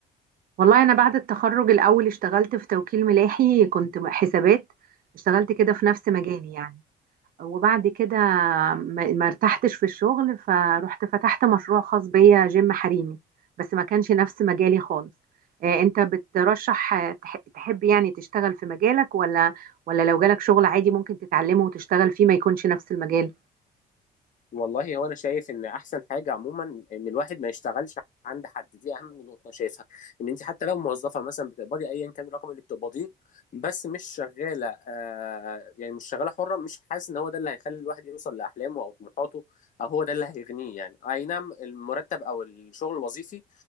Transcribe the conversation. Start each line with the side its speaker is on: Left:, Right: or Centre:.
Right: والله انا بعد التخرج الاول اشتغلت في توكيل ملاحي كنت حسابات اشتغلت كده في نفس مجالي يعني وبعد كده ما ما ارتحتش في الشغل فروحت فتحت مشروع خاص بيا جيم حريمي بس ما كانش نفس مجالي خالص اه، انت بترشح اه، تح- تحب يعني تشتغل في مجالك ولا ولا لو جالك شغل عادي ممكن تتعلمه وتشتغل فيه ما يكونش نفس المجال
Left: والله هو انا شايف ان احسن حاجه عموما ان الواحد ما يشتغلش عند حد دي اهم نقطه أنا شايفها ان انت حتى لو موظفه مثلا بتقبضي ايا كان الرقم اللي بتقبضيه بس مش شغاله آه يعني مش شغاله حره مش حاسس ان هو ده اللي هيخلي الواحد يوصل لاحلامه او طموحاته او هو ده اللي هيغنيه يعني اي نعم المرتب او الشغل الوظيفي